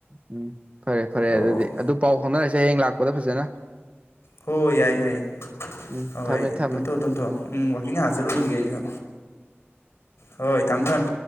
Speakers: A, on the right; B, on the left.
A: ꯎꯝ ꯐꯔꯦ ꯐꯔꯦ
B: ꯑꯣ
A: ꯑꯗꯨꯗꯤ ꯑꯗꯨ ꯄꯥꯎ ꯐꯥꯎꯅꯔꯁꯦ ꯍꯌꯦꯡ ꯂꯥꯛꯄꯗ ꯐꯖꯅ
B: ꯍꯣ ꯌꯥꯏꯌꯦ
A: ꯎꯝ
B: ꯌꯥꯏꯌꯦ
A: ꯎꯝ
B: ꯍꯣꯏ
A: ꯊꯝꯃꯦ ꯊꯝꯃꯦ
B: ꯇꯨꯝꯊꯣꯛꯑꯣ ꯇꯨꯝꯊꯣꯛꯑꯣ ꯎꯝ ꯋꯥꯀꯤꯡ ꯉꯥꯍꯥꯛ
A: ꯎꯝ
B: ꯆꯠꯂꯨꯒꯤꯒꯦ
A: ꯎꯝ
B: ꯑꯩꯁꯨ ꯍꯣꯏ ꯊꯝꯃꯦ ꯊꯝꯃꯦ